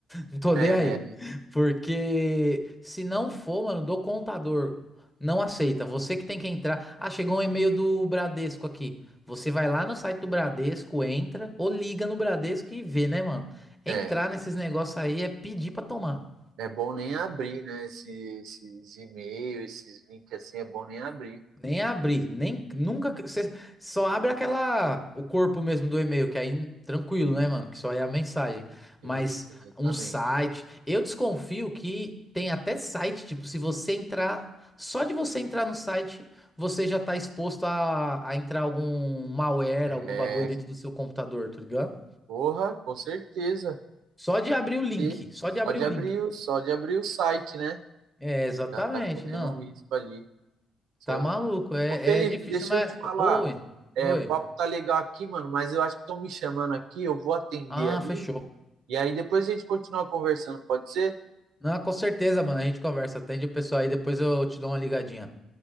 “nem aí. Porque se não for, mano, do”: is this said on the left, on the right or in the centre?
Centre